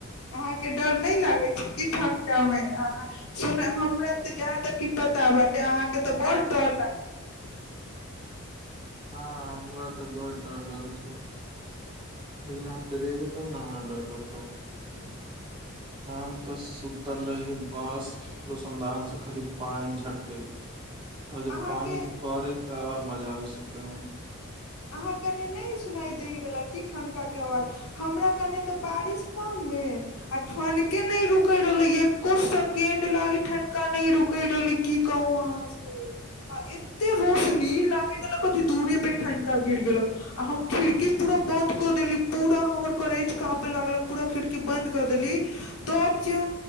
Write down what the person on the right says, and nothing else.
हू हँ हमरा तऽ बड डर लगै छै लेकिन हम डरेबी तब ने हमरा डर लगत
हमाम तऽ सुतल रहियै बाँस रोशनदान सँ खाली पानी झटकै आओर जब
पानी पड़ैत ताऔर मजा भी सुते मे